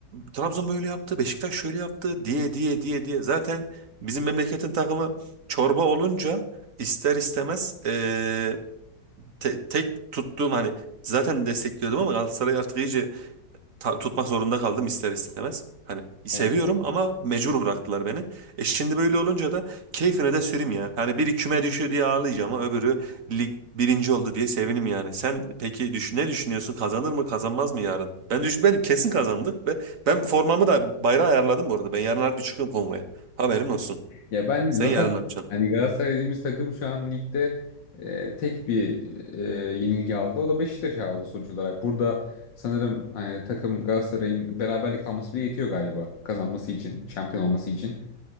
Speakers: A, on the right (about 50°); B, on the left (about 85°).
A: Trabzon böyle yaptı, Beşiktaş şöyle yaptı diye diye diye diye. Zaten bizim memleketin takımı çorba olunca ister istemez eee, te- tek tuttuğum hani zaten destekliyordum ama Galatasaray artık iyice ta- tutmak zorunda kaldım ister istemez. Hani seviyorum
B: Evet.
A: ama mecbur bıraktılar beni. E şimdi böyle olunca da keyfine de süreyim ya. Hani biri küme düşüyor diye ağlayacağım ama öbürü lig birinci oldu diye sevinim yani. Sen peki düş ne düşünüyorsun? Kazanır mı kazanmaz mı yarın? Ben düşün ben kesin kazandık ve ben formamı da bayrağı ayarladım bu arada. Ben yarın harbi çıkıyorum konvoya. Haberin olsun.
B: Ya ben
A: Sen
B: zaten
A: yarın ne yapacaksın?
B: hani Galatasaray dediğimiz takım şu an ligde e, tek bir e, yenilgi aldı. O da Beşiktaş'a aldı sonuç olarak. Burada sanırım hani takım Galatasaray'ın beraberlik alması bile yetiyor galiba kazanması için, şampiyon olması için.